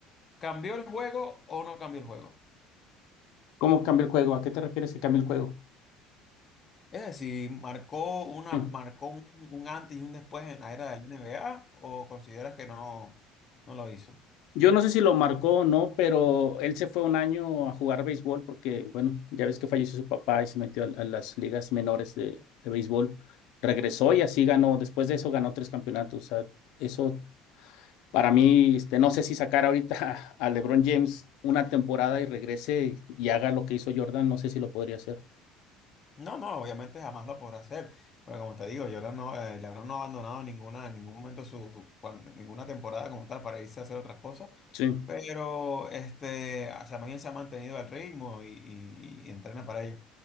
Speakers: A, on the left; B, on the left.
A: ¿Cambió el juego o no cambió el juego?
B: ¿Cómo cambia el juego? ¿A qué te refieres que cambia el juego?
A: Es decir, ¿marcó una,
B: Sí.
A: marcó un, un antes y un después en la era del NBA o consideras que no, no lo hizo?
B: Yo no sé si lo marcó o no, pero él se fue un año a jugar béisbol porque, bueno, ya ves que falleció su papá y se metió a, a las ligas menores de, de béisbol. Regresó y así ganó. Después de eso ganó tres campeonatos. O sea, eso para mí, este, no sé si sacar ahorita <laughs> a LeBron James una temporada y regrese y, y haga lo que hizo Jordan, no sé si lo podría hacer.
A: No, no, obviamente jamás lo podrá hacer. Porque como te digo, Jordan no, eh, LeBron no ha abandonado ninguna, en ningún momento su, cuan- ninguna temporada como tal para irse a hacer otras cosas.
B: Sí,
A: Pero este, o sea, más bien se ha mantenido al ritmo y, y- y entrena para ello.